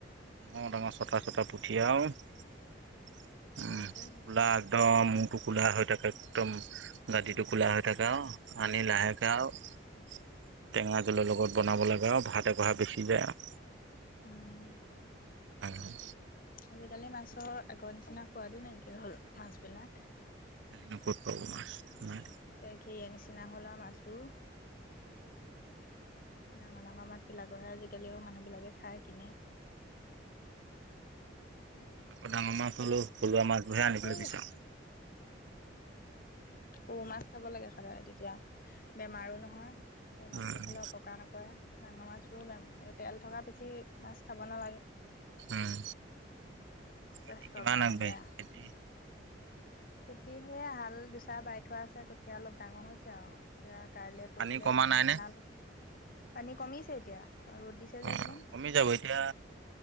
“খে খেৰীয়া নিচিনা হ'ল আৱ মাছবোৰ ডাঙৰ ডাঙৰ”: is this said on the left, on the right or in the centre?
Left